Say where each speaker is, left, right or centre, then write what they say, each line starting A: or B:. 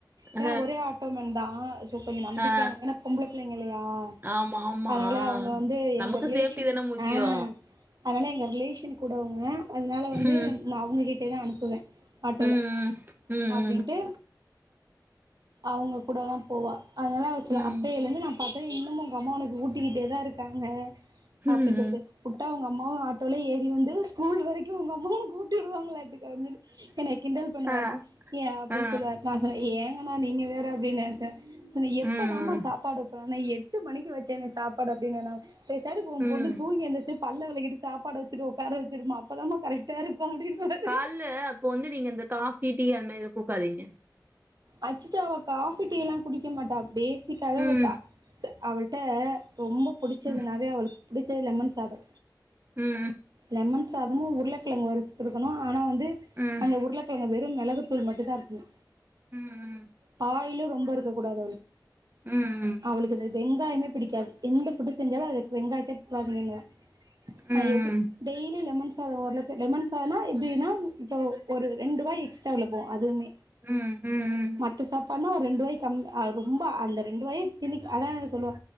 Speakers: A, on the right; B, on the right.
A: அ
B: ஏனா ஒரே ஆட்டோ மேன்தா சோ கொஞ்சோ நம்பிக்கயான
A: ஆ
B: பொம்பள பிள்ளைங்க இல்லயா
A: ஆமா ஆமா
B: அதனால அவுங்க வந்து
A: நமக்கு
B: எங்க ரிலேஷன்
A: சேஃப்டி தான முக்கியோ
B: அ அதனால எங்க ரிலேஷன் கூட அவுங்க அதனால வந்து
A: ம்
B: நா அவுங்ககிட்டயேதா அனுப்புவேன் ஆட்டோல
A: ம் ம்
B: அப்டின்ட்டு அவுங்க கூடதா போவா அதனால அவ சொல்லுவா
A: ம்
B: அப்பைலந்து நம் பாத்தா இன்னுமு உங்க அம்மா உனக்கு ஊட்டிக்கிட்டேதா இருக்காங்க
A: ம்
B: அப்டின் சொல்ட்டு
A: ம்
B: வுட்டா உங்க அம்மாவு ஆட்டோல ஏறி வந்து ஸ்கூல் வரைக்கு உங்க அம்மா உனக்கு ஊ ட்டி விடுவாங்களாட்டுக்கு அப்டின் சொல்லி என்னை கிண்டல் பண்ணுவாரு
A: ஆ
B: ஏ அப்டின்
A: ஆ
B: சொல்லுவாரு நா சொன்ன ஏங்கனா நீங்க வேற அப்டின்னுட்ட எப்பதாம
A: ம்
B: சாப்பாடு வெப்ப நா எட்டு மணிக்கு வெச்சேண்ண சாப்பாடு அப்டின்னனா பேஸாட்டுக்கு உன்
A: ம்
B: பொண்ணு தூங்கி எந்துச்சு பல்ல வெளக்கிட்டு சப்பாடு வெச்சிரு உக்கார வெச்சிருமா அப்பதாமா கரெக்டா இரு க்கு அப்டின்னுபாரு
A: கால்ல அப்போ வந்து நீங்க இந்த காஃபி, டீ அது மாரி எதுவு குடுக்காதீங்க
B: அச்சச்சோ அவ காஃபி, டீ ல்லா குடிக்க மாட்டா பேசிக்காவே அவ
A: ம்
B: ச ச அவள்ட்ட ரொம்ப புடிச்சதுனாவே
A: ம்
B: அவளுக்கு புடிச்சது லெமன் சாதோ
A: ம்
B: லெமன் சாதமு உருளக்கிழங்கு வறுத்து குடுக்கணு ஆனா வந்து
A: ம்
B: அந்த உருளக்கிழங்கு வெறு மெளகுத்தூள் மட்டுந்தா இருக்கனு
A: ம்
B: பாயிலு ரொம்ப இருக்க கூடாது
A: ம் ம்
B: அவுளுக்கு வெங்காயமே புடிக்காது எந்த ஃபுட்டு செஞ்சாலு அதுக்கு வெங்காயத்தயே போடாதீங்கனுவா நா
A: ம்
B: எப்டி டெய்லி லெமன் சாதோ ஓரளக்கு லெமன் சாதோன்னா எப்டினா இப்போ ஒரு ரெண்டு வாய் எக்ஸ்ட்ரா அதுல போ அதுவுமே
A: ம் ம் ம்
B: மத்த சாப்பாடுனா ஒரு ரெண்டு வாய் கம்மி ஆகு ரொம்ப அந்த ரெண்டு வாய் திணி அதா சொல்லுவா